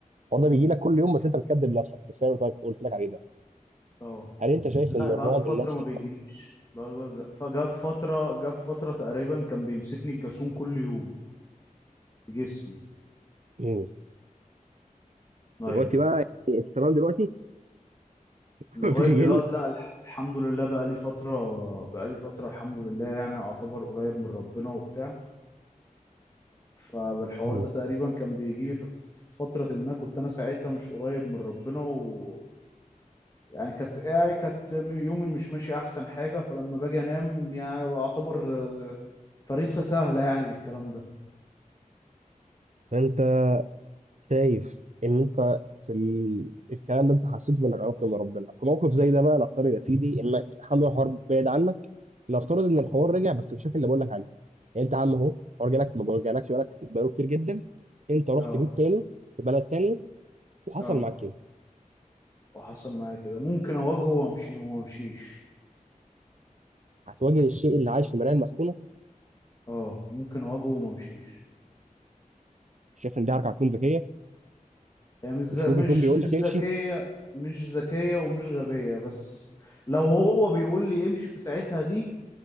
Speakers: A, on the right; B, on the left.
A: هو ده بيجي
B: امم
A: لك كل يوم بس انت بتكذب نفسك في السيناريو اللي قلت لك عليه ده
B: اه
A: هل انت شايف
B: لا
A: ان الرعب
B: بقى له فتره
A: النفسي
B: ما بيجيليش
A: ده
B: بقاله- فجاء في فتره جاء في فتره تقريبا كان بيمسكني الجاسون كل يوم في جسمي
A: مم.
B: ايوه
A: دلوقتي بقى يعني في التمام دلوقتي <laughs>
B: لغايه
A: مفيش
B: دلوقتي
A: جن
B: لا الح- الحمد لله بقى لي فتره بقى لي فتره الحمد لله يعني اعتبر قريب من ربنا وبتاع فالحوار
A: مم.
B: ده تقريبا كان بيجي لي في في فترة ما كنت أنا ساعتها مش قريب من ربنا و يعني كانت يعني كانت يومي مش ماشي أحسن حاجة فلما باجي أنام يعني أعتبر آه، فريسة سهلة يعني للكلام ده
A: فانت شايف ان انت في ال... الكلام ده انت حسيته بانك قربت من ربنا في موقف زي ده بقى نفترض يا سيدي انك حمل الحوار بعيد عنك نفترض ان الحوار
B: مم.
A: رجع بس بالشكل اللي بقول لك عليه يعني انت يا عم اهو الحوار جالك ما جالكش بالك بقاله كتير جدا انت رحت
B: اه
A: بيت تاني في بلد تاني وحصل
B: اه
A: معاك كده
B: وحصل معايا كده ممكن أواجهه وأمشي وممشيش
A: هتواجه الشيء اللي عايش في مرايه المسكونه
B: اه ممكن أواجهه وممشيش
A: شايف ان دي حركه هتكون ذكيه
B: هي يعني مش ذ-
A: مش ممكن
B: مش
A: يكون بيقول
B: مش
A: لك
B: ذكية
A: امشي
B: مش ذكية ومش غبية بس لو هو بيقول لي امشي في ساعتها دي